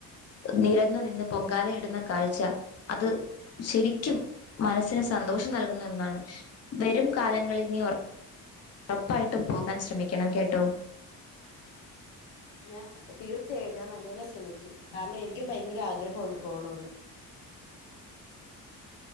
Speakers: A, on the left (about 30°); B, on the left (about 75°).
A: നിരന്ന് നിന്ന് പൊങ്കാല ഇടുന്ന കാഴ്ച അത് ശരിക്കും മനസ്സിന് സന്തോഷം നൽകുന്ന ഒന്നാണ് വരും കാലങ്ങളിൽ നീ ഉറപ്പായിട്ടും പോകാൻ ശ്രമിക്കണം കേട്ടോ
B: ഞാൻ തീർച്ചയായും ഞാൻ നല്ലപോലെ ശ്രമിക്കും കാരണം എനിക്കും ഭയങ്കര ആഗ്രഹണ്ട് പോണോന്ന്